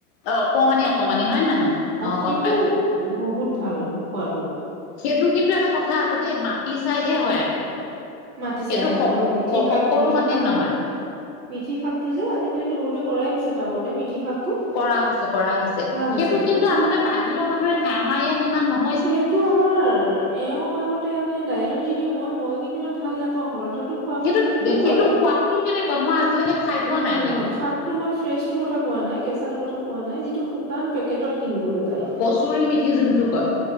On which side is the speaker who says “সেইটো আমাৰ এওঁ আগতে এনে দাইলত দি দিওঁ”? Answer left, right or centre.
Right